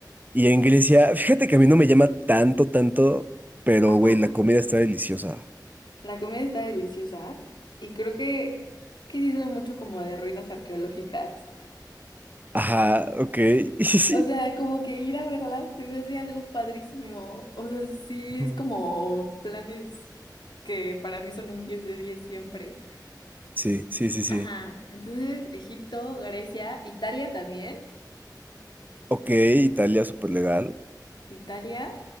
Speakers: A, on the right; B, on the left.
A: Y en Grecia, fíjate que a mí no me llama tanto, tanto, pero
B: Ajá.
A: güey, la comida está deliciosa.
B: La comida está deliciosa. Y creo que, que sí soy mucho como de ruinas arqueológicas.
A: Ajá, ok. <laughs> Sí, sí,
B: O sea, como que ir a verlas se me hace algo padrísimo. O sea, sí
A: Ujú.
B: es como planes que para mí son un 10 de 10 siempre.
A: sí, sí, sí. sí.
B: Ajá. Entonces, Egipto, Grecia, Italia también.
A: Ok, Italia, súper legal.
B: Italia,